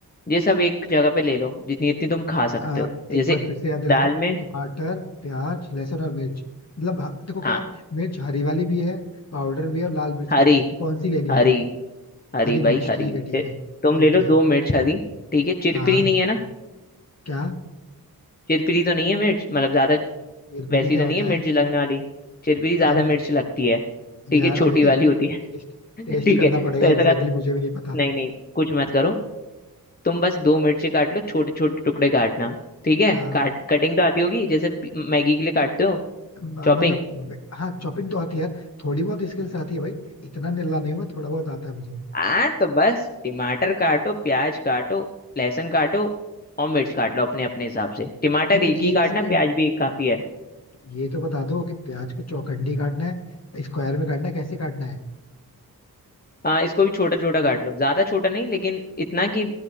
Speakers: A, on the left; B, on the left.
A: ये सब एक जगह पे ले लो जितनी इतनी तुम खा सकते
B: अ,
A: हो
B: एक
A: जैसे
B: बार फिर से याद दिला
A: दाल
B: दो
A: में
B: टमाटर प्याज लहसुन और मिर्च मतलब ह- देखो क्या
A: हाँ
B: है मिर्च हरी वाली भी है पाउडर भी है और लाल मिर्च
A: हरी
B: भी है तो कौन सी लेनी
A: हरी
B: है
A: हरी
B: हरी मिर्च
A: भाई हरी
B: ठीक है ठीक
A: ते-
B: है
A: तुम ले
B: ओके
A: लो दो मिर्च हरी ठीक है चिरपिरी
B: हाँ
A: नहीं है ना
B: क्या
A: चिरपिरी तो नहीं है मिर्च मतलब ज्यादा
B: हेरफेरी
A: वैसी
B: क्या
A: तो
B: होता
A: नहीं है मिर्च
B: है
A: लगने वाली चिरपिरी ज्यादा
B: हाँ, और
A: मिर्च लगती है ठीक
B: यार
A: है छोटी
B: अभी <laughs>
A: वाली
B: टेस्ट
A: होती है
B: टेस्ट
A: ठीक
B: करना
A: है
B: पड़ेगा
A: तो
B: एग्जैक्टली
A: ऐसा कर
B: exactly मुझे भी नहीं पता
A: नहीं नहीं कुछ मत करो तुम बस दो मिर्ची काट लो छोटे छोटे टुकड़े काटना ठीक है
B: हाँ
A: काट कटिंग तो आती होगी जैसे पी- मैगी के लिए काटते हो
B: म-
A: चॉपिंग
B: मतलब वे- हाँ चॉपिंग तो आती है यार थोड़ी बहुत स्किल्स आती है भाई इतना निल्ला नहीं हुआ थोड़ा बहुत आता है मुझे
A: आ तो बस टमाटर काटो प्याज काटो लहसुन काटो और मिर्च काट लो अपने अपने हिसाब से टमाटर
B: लेकिन
A: एक ही
B: एक
A: काटना
B: सेकेंड
A: प्याज भी एक काफी है
B: ये तो बता दो कि प्याज को चौखंडी काटना है स्क्वायर में काटना है कैसे काटना है
A: आ, इसको भी छोटा छोटा काट लो ज्यादा छोटा नहीं लेकिन इतना कि